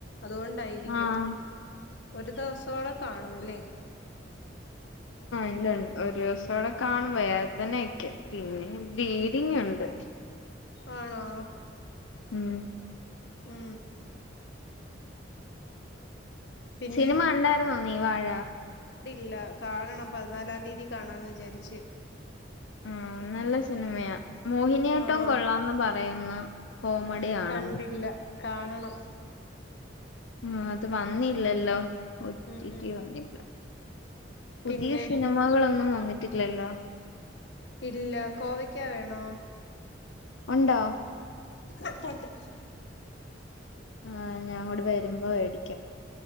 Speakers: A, on the left (about 65°); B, on the left (about 85°).
A: അതുകൊണ്ടായിരിക്കും
B: ആഹ്
A: ഒരു ദെവസോടെ കാണൂല്ലേ
B: ണ്ട് ഒരു ദേവസം കൂടെ കാണും വേദന ഒക്കെ പിന്നെ ബ്ലീഡിങ് ഉണ്ട്
A: ആണോ
B: ഉം
A: ഉം പിന്നെ
B: സിനിമ കണ്ടായിരുന്നോ നീ വാഴ
A: ഇല്ല കാണണം പതിനാലാം തീയതി കാണാന്ന് വിചാരിച്ചെ
B: ആഹ് നല്ല സിനിമയാ മോഹിനിയാട്ടം
A: ആഹ്
B: കൊള്ളാന്ന് പറയുന്നു കോമഡി
A: ആഹ്
B: ആണെന്ന്
A: കണ്ടില്ല കാണണം
B: ഉം അത് വന്നില്ലല്ലോ ഒറ്റിറ്റി
A: ഉം ഉം
B: വന്നില്ല പുതിയ
A: പിന്നെ
B: സിനിമകളൊന്നും വ വന്നിട്ടില്ലല്ലോ
A: ഇല്ല കോവയ്ക്കാ വേണോ
B: ഉണ്ടോ
A: ഇപ്പോണ്ട്
B: ആ ഞാൻ അങ്ങോട് വരുമ്പോ വേടിക്കാം